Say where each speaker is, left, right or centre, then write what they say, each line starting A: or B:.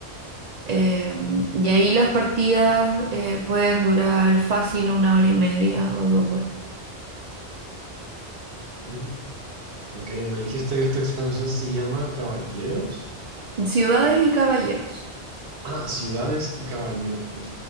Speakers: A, on the right (about 50°); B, on the right (about 70°).
A: Eh, y ahí las partidas eh, pueden durar fácil una hora y media o dos horas.
B: Mm. Ok, me dijiste que esta expansión se llama Caballeros.
A: Ciudades y caballeros,
B: Ah, ciudades y caballeros, ok.